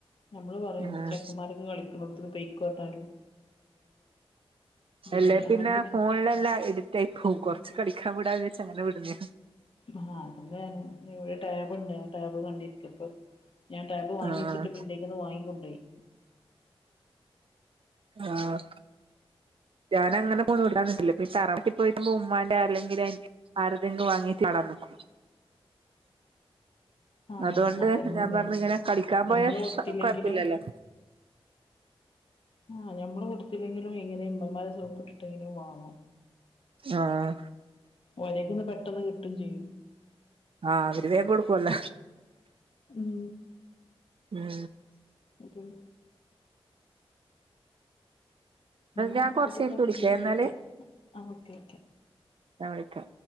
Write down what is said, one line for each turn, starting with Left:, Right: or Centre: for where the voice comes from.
Left: നമ്മള് പറയും
Right: ഉം
Left: ചെക്കമാരൊക്കെ കളി മുത്ത് ബൈകൊട്ടാല് ഭയങ്കര
Right: എല്ലേ പിന്നെ
Left: അങ്ങനത്തെ
Right: ഫോൺലെല്ലാം എട് <unintelligible> കൊർച്ച് കളിക്കാൻ വിടാന്ന് വെച്ച അങ്ങനെ വിട്ന്നേ.
Left: ആഹ് അതന്നെ ഇവിടെ ടേബ് ണ്ട് ആ ടാബ് കണ്ടിരിക്ക പ്പ ഞാൻ ടാബ് വാങ്ങിച്ചിട്ട്
Right: ആഹ്
Left: പിന്നന്തേക്കന്ന് വാങ്ങിക്കൊണ്ടേയി.
Right: ആഹ് ഞാൻ അങ്ങനെ കൊണ്ട് വിടാന്നിട്ടില്ലപ്പ തറട്ടി പോയിട്ടുമ്മാന്റെ അല്ലെങ്കിൽ ആരെതെങ്കിലും വാങ്ങീട്ട് നടടാ നോക്കും
Left: <inaudible> ആഹ്
Right: അതുകൊണ്ട്
Left: അതന്നനെ
Right: ഞാൻ പറഞ്ഞു ഇങ്ങനെ കളിക്കാൻ
Left: ഞമ്മള്
Right: പോയാ
Left: കൊടുത്തില്ലെങ്കിലും
Right: കൊഴപ്പില്ലല്ലോ
Left: ആഹ് ഞമ്മള് കൊടുത്തില്ലെങ്കിലും എങ്ങനെ ഇമ്മമാരെ സോപ്പ് ഇട്ടിട്ടെങ്കിലും വാങ്ങോ
Right: ആഹ്
Left: ഒരക്കന്ന് പെട്ടെന്ന് കിട്ടും ചെയ്യും
Right: ആഹ് അവര് വേഗം കൊടുക്കുവല്ല
Left: ഉം
Right: ഉം
Left: ഉം എന്ന
Right: ഞാൻ
Left: ആയിക്കോട്ടിട്ടാ
Right: കൊറച്ച് കഴിഞ്ഞിട്ട് വിളിക്കാം
Left: പിന്നെ
Right: എന്നാല്
Left: വിളിക്ക ആഹ് ഓക്കെ ഓക്കെ
Right: ഞാവിളിക്കാ